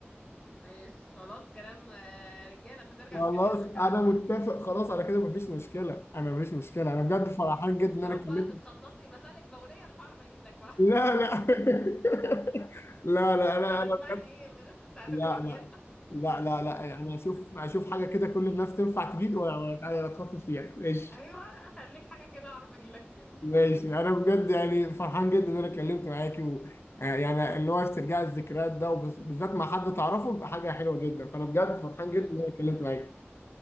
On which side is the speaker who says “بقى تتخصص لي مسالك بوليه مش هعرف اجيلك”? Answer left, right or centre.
Left